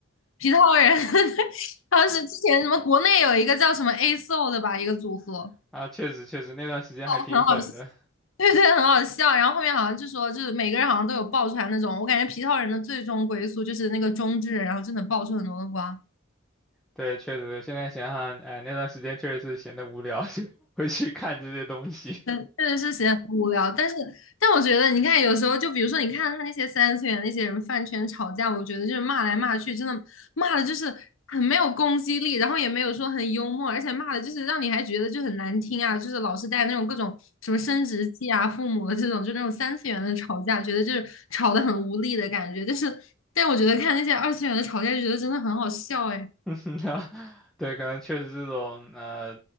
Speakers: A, on the left; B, in the centre.
A: 皮套人，<laughs> 当时之前什么国内有一个叫什么 ASO 的吧，一个组合，
B: <laughs> 啊，确实确实那段时间还挺粉的。
A: 很好 <laughs> 对对，很好笑。然后后面好像就说，就是每个人好像都有爆出来那种，我感觉皮套人的最终归宿就是那个中之人，然后真的爆出很多的瓜。
B: 对，确实现在想想，哎，那段时间确实是闲得无聊，就会去看这些东西。
A: 嗯，确实是显得很无聊，但是，但我觉得，你看，有时候就比如说，你看他那些三次元那些人饭圈吵架，我觉得就是骂来骂去，真的骂的就是很没有攻击力，然后也没有说很幽默，而且骂的就是让你还觉得就很难听啊，就是老是带那种各种什么生殖器啊、父母的这种，就那种三次元的吵架，觉得就是吵得很无力的感觉。但是，但我觉得看那些二次元的吵架，就觉得真的很好笑哎。
B: <laughs> 对，可能确实这种呃，